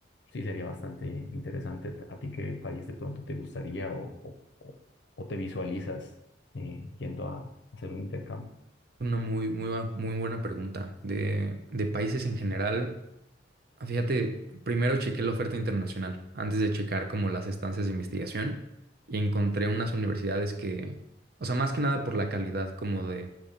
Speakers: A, on the left; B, on the right.
A: sí sería bastante interesante. ¿A ti qué país de pronto te gustaría o, o- o- o te visualizas eh, yendo a hacer un intercambio?
B: Una muy, muy, bu- muy buena pregunta. De, de países en general, ah, fíjate, primero chequé la oferta internacional antes de checar como las estancias de investigación y encontré unas universidades que, o sea, más que nada por la calidad como de,